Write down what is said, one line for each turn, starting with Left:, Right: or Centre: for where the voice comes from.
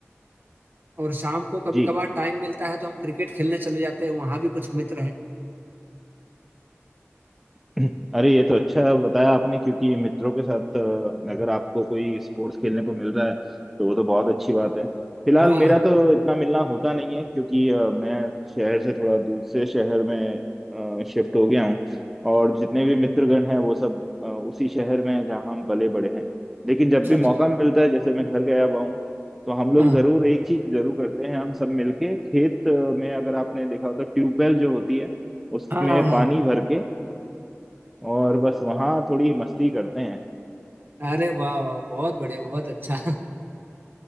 Right: और शाम को कभी
Centre: जी
Right: कभार टाइम मिलता है तो हम क्रिकेट खेलने चले जाते हैं वहां भी कुछ मित्र हैं
Centre: <clears throat> अरे ये तो अच्छा बताया आपने क्योंकि मित्रों के साथ अ, अगर आपको कोई स्पोर्ट्स खेलने को मिल रहा है तो वो तो बहुत अच्छी बात है फिलहाल
Right: हाँ
Centre: मेरा तो इतना मिलना होता नहीं है क्योंकि अ, मैं शहर से थोड़ा दूसरे शहर में शिफ्ट हो गया हूँ और जितने भी मित्रगण हैं वो सब अ, उसी शहर में हैं जहाँ हम पले बड़े हैं लेकिन जब
Right: अच्छा
Centre: भी
Right: अच्छा
Centre: मौका
Right: अच्छा।
Centre: मिलता है जैसे मैं घर गया हुआ हूँ तो हम लोग
Right: हाँ
Centre: जरूर एक चीज जरूर करते हैं हम सब मिलके खेत अ, में अगर आपने देखा हो तो ट्यूबवेल जो होती है उसमें
Right: हाँ हाँ हाँ।
Centre: पानी भर के और बस वहाँ थोड़ी मस्ती करते हैं
Right: अरे वाह वाह बहुत बढ़िया बहुत अच्छा <laughs>